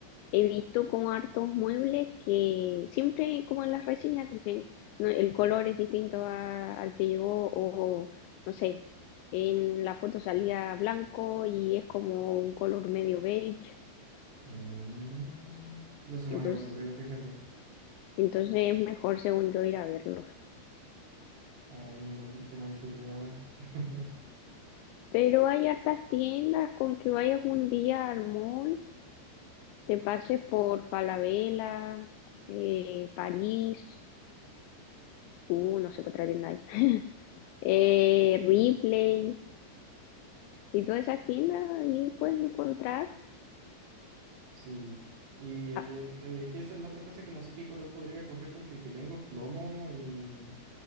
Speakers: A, on the left (about 85°); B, on the right (about 60°).
A: he visto como hartos muebles que siempre como en las reseñas dicen, no, el color es distinto a- al que llegó o no sé, en la foto salía blanco y es como un color medio beige.
B: Mm, no se me
A: Entonces,
B: había ocurrido, fíjate.
A: entonces es mejor según yo ir a verlos.
B: Ahí me metiste más inseguridad ahora. <laughs>
A: Pero hay hartas tiendas con que vayas un día al mall, te pases por Falabella, eh, París, uh, no sé qué otra tienda hay, eh, Ripley y todas esas tiendas ahí puedes encontrar.
B: Sí. Y el-
A: Ah,
B: eh, es que esa es la otra cosa que no sé qué color podría escoger porque el que tengo es plomo y,